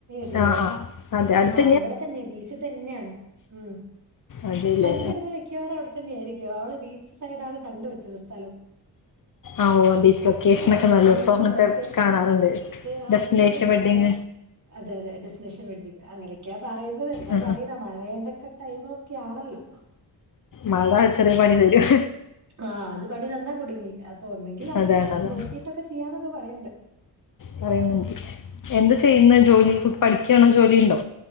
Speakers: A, on the right; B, on the left.
A: ട്ടില്ലേ
B: ആ ആ അതെ അടുത്ത്
A: ആഹ് അവിടെ തന്നെയാ ബീച്ച് ത്തന്നെയാണ് ഉം.
B: അതേല്ലേ
A: മിന്ന് കെട്ടുന്നത് മിക്കവാറും അവിടെത്തന്നെ ആയിരിക്കും. അവള് ബീച്ച് സൈഡാണ് കണ്ട് വെച്ചത് സ്ഥലം.
B: ആ ഓ ബീച്ച് ലൊക്കേഷൻ
A: ആ
B: ഒക്കെ നല്ല
A: ബീച്ചിന്റെ
B: ഇപ്പൊ. അങ്ങനത്തെ
A: സെ-
B: കാണാറുണ്ട്,
A: ആ
B: ഡെസ്റ്റിനേഷൻ
A: ബീച്ച് തന്നെയാണ്
B: വെഡ്ഡിങ്.
A: അപ്പോൾ അതെ അതെ ഡെസ്റ്റിനേഷൻ വെഡിങ്ങ്. അങ്ങനൊക്കെയാ പറയുന്നത്. എന്താന്ന്
B: ആ
A: അറിയില്ല മഴയായോണ്ടൊക്കെ, ടൈം ഒക്കെ ആണല്ലോ.
B: മഴ ചെറിയ പണി തരും.
A: ആഹ അത് പണി തന്നാ കുടുങ്ങി. അപ്പൊ ഒന്നെങ്കിൽ അങ്ങനെ,
B: അതാണ്
A: അത്
B: അതാണ്
A: നോക്കിട്ടൊക്കെ ചെയ്യാന്നൊക്കെ പറയ്ണ്ട്.
B: പറയുന്നുണ്ട്. എന്താ ചെയ്യുന്നെ ജോലി പഠിക്കാണോ ജോലി ഉണ്ടോ?